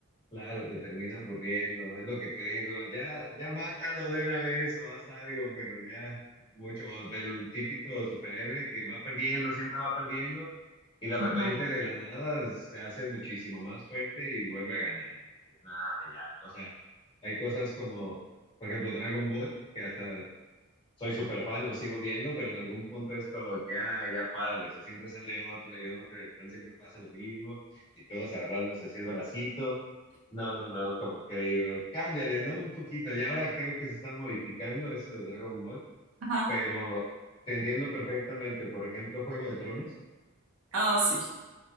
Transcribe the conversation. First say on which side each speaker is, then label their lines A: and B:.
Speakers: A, on the left; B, on the right.
A: Claro, te termina aburriendo, es lo que te digo, ya, ya mátalo de una vez o haz algo, pero ya mucho del típico superhéroe que va perdiendo, siempre va perdiendo y de repente
B: Ujú.
A: de la nada se hace muchísimo más fuerte y vuelve a ganar. Y dices, "Ay, ay". O sea, hay cosas como, por ejemplo, Dragon Ball, que hasta soy súper fan, lo sigo viendo, pero en algún punto es como que, ah, ya párale, o sea, siempre sale otro y otro, y al final siempre pasa lo mismo, y todos agarrándose así el bracito. No, no, no, como que digo, cámbiale, ¿no? Un poquito, y ahora creo que se está modificando eso de Dragon Ball,
B: Ajá.
A: pero te entiendo perfectamente, por ejemplo, Juego de Tronos,
B: Oh, sí.